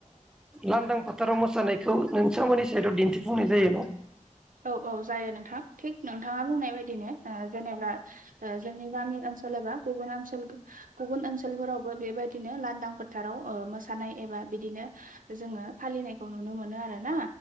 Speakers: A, in the centre; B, on the right (about 85°).
A: लांदां फोथाराव मोसानाय खौ नोंसांमोननि सायावदआव दिन्थिफुंनाय जायोना
B: औ औ जायो नोंथां थिग नोंथाङा बुंनाय बायदिनि ओ जेनेबा ओ जोंनि ग्रामि ओनचोल एबा गुबुन ओनसोल गुबुन ओनसोलफोरावबो बेबायदिनो लांदां फोथाराव ओ मोसानाय एबा बिदिनो जोङो फालिनायखौ नुनो मोनो आरोना